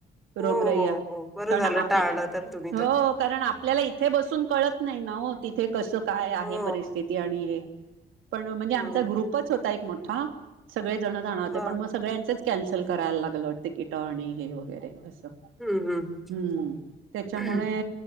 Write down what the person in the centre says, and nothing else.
हो हो हो बरं
झालं
टाळलं तर तुम्ही
तर
हो
हं
हां
हं हं
हं